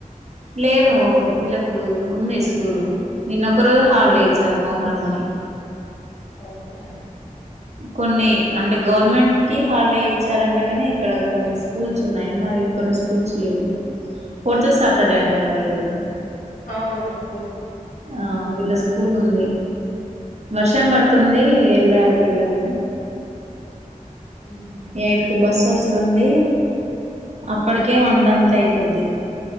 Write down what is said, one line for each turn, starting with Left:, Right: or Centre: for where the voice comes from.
Right: లేదు వీళ్ళకు ఉంది స్కూల్ నిన్న ఒక రోజు
Left: ఓ
Right: హాలిడే ఇచ్చారు మోహరం అని
Left: ఒకే
Right: కొన్ని అంటే గవర్నమెంట్కి హాలిడే ఇచ్చారంట గాని ఇక్కడ కొన్ని స్కూల్స్ ఉన్నాయి మరి కొన్ని స్కూల్స్ లేవు ఫోర్త్ సాటర్డే అంటగ ఈరోజు
Left: అవున ఫో
Right: ఆ వీళ్ళ స్కూల్ ఉంది వర్షం పడుతుంది ఎళ్ళారు పిల్లలు
Left: ఉహు
Right: ఎట్కి బస్సు వస్తుంది అప్పటికే వంటంత అయిపోద్ది